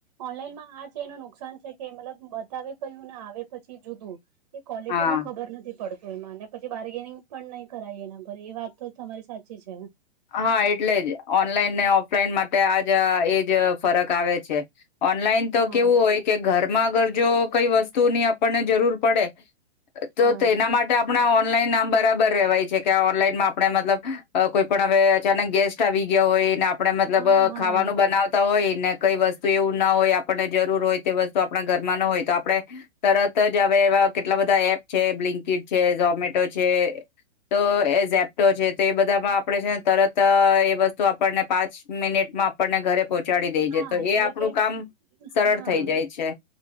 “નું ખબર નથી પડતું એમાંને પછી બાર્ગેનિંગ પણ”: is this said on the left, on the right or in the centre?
Right